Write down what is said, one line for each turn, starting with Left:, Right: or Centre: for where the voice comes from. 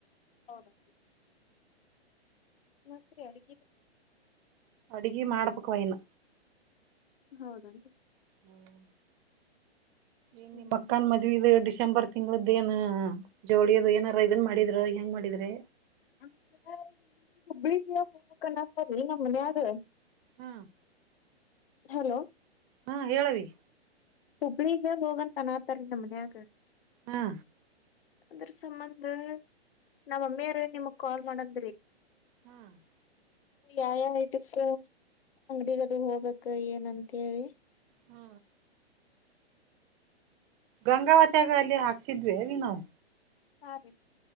Left: ಹೌದಾ ಮಾತ್ತೆ ಅಡುಗಿದ
Right: ಅಡುಗಿ ಮಾಡಬೇಕ್ ವೈನು
Left: ಹೌದನ್ರಿ
Right: ಹ್ಮ್ ಏನ್
Left: ಹ್ಮ್
Right: ಅಕ್ಕಾನ್ ಮದ್ ಇ ಡಿಸೆಂಬರ್ ತಿಂಗಳದ್ದ ಏನ ಜೋಳಿಯ ಅದು ಏನಾರ ಇದನ್ ಮಾಡಿದ್ರ ಹೆಂಗ್ ಮಾಡಿದ್ರೆ
Left: ಅ್ರ ಈ ಹುಬ್ಬಳಿಗೆ ಹೋಗ್ಬಕನ್ನತ್ತರೀ ನಮ್ಮ ಮನ್ಯಾರು
Right: ಹ್ಮ
Left: ಹಲೋ
Right: ಹಾ ಹೇಳವಿ
Left: ಹುಬ್ಳಿಗೆ ಹೋಗಂತ ಅನಾತಾರೀ ನಮ್ಮ ಮನ್ಯಾಗ
Right: ಹ್ಮ
Left: ಅದ್ರ ಸಂಬಂದ ನಾವಮ್ಮಿಯಾರ ನಿಮಗ್ ಕಾಲ್ ಮಾಡಂದ್ರಿ
Right: ಹ್ಮ <inaudible>
Left: ಯ ಯ ಇದಕ್ಕ ಅಂಗಡಿಗದು ಹೋಗ್ಬೇಕ ಏನಂತ ಹೇಳಿ
Right: ಹ್ಮ ಗಂಗಾವತ್ಯಾಗ ಅಲ್ಲಿ ಹಾಕ್ಸಿದ್ವೀ ವಿ ನಾವು
Left: ಹಾ ರೀ